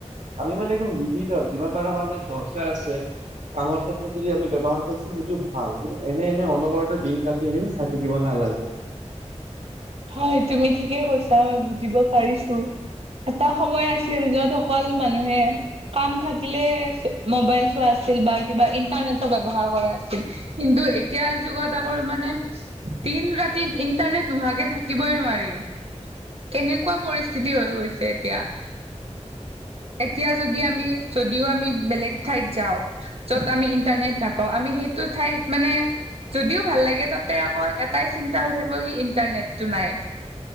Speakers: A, on the right; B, on the right.
A: আমি মানে একদম লিমিটত, যিমান পাৰা আমাৰ দৰকাৰ আছে কামৰ ক্ষেত্ৰত যদি আমি ব্যৱহাৰ কৰিছো সেইটো ভা ভাল, কিন্তু এনে এনে অনবৰত দিন ৰাতি এনেকে চাই থাকিব নালাগে।
B: হয় তুমি ঠিকেই কৈছা মই বুজিব পাৰিছো, এটা সময় আছিল, য'ত অকল মানুহে কাম থাকিলে মোবাইল চোৱা আছিল বা কিবা ইন্টাৰনেটৰ ব্যৱহাৰ কৰা আছিল। কিন্তু এতিয়া যুগত আকৌ মানে দিন ৰাতি ইন্টাৰনেট নোহোৱাকে থাকে কিবই নোৱাৰি, কেনেকুৱা পৰিস্থিতি হৈ গৈছে এতিয়া। এতিয়া যদি আমি যদিওঁ আমি বেলেগ ঠাইত যাওঁ। য'ত আমি ইণ্টাৰনেট নাপাওঁ, আমি সেইটো ঠাইত মানে যদিওঁ ভাল লাগে তাতে আকৌ এটাই চিন্তা হৈ থাকিব কি ইণ্টাৰনেটটো নাই।